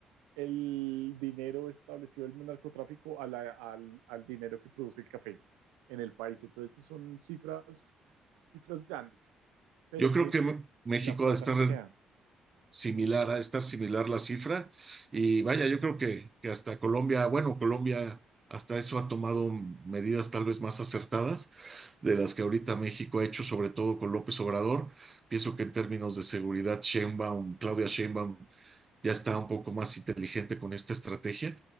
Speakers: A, on the right; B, on the right.
A: el dinero establecido el narcotráfico a la- al, al dinero que produce el café en el país. Entonces son cifras, cifras grandes, pero
B: yo
A: que
B: creo que Me- México
A: la plata
B: ha de estar
A: no queda,
B: similar, ha de estar similar la cifra. Y vaya, yo creo que, que hasta Colombia, bueno, Colombia hasta eso ha tomado medidas tal vez más acertadas de las que ahorita México ha hecho, sobre todo con López Obrador. Pienso que en términos de seguridad, Sheinbaum, Claudia Sheinbaum ya está un poco más inteligente con esta estrategia.